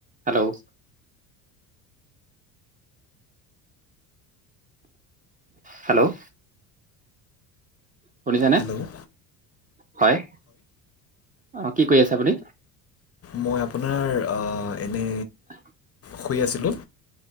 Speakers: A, on the right (about 20°); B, on the left (about 30°).
A: Hello. Hello শুনিছে নে?
B: Hello
A: হয়। অ কি কৰি আছে আপুনি?
B: মই আপোনাৰ আহ, এনে
A: অ'
B: শুই আছিলোঁ।